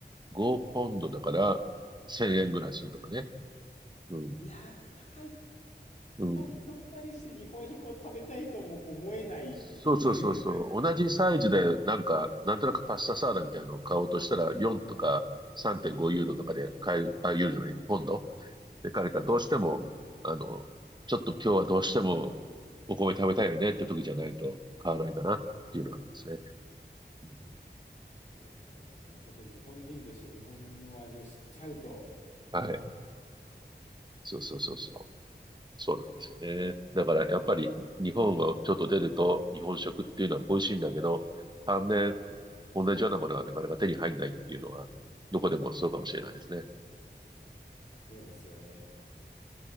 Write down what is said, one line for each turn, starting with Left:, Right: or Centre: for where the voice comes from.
Right: 5ポンドだから1000円ぐらいするとかね。うん。
Left: いやー、高い、
Right: うん。
Left: 高い、そこまでして日本食を食べたいとも思えないっていう。
Right: そうそうそうそう。同じサイズで、なんか、なんとなくパスタサラダみたいなのを買おうとしたら、4とか3.5ユーロとかで買え、あ、ユーロじゃない、ポンド。で、彼がどうしても、あの、ちょっと今日はどうしてもお米食べたいよねって時じゃないと買わないかなっていうのがありますね。うん
Left: うん、まあそうですよね。特に日本人として日本の味を知っちゃうと、
Right: はい。そうそうそうそう。そうなんですよね。だからやっぱり日本をちょっと出ると日本食っていうのは恋しいんだけど、反面同じようなものはなかなか手に入んないっていうのはどこでもそうかもしれないですね。
Left: まあそうですよね。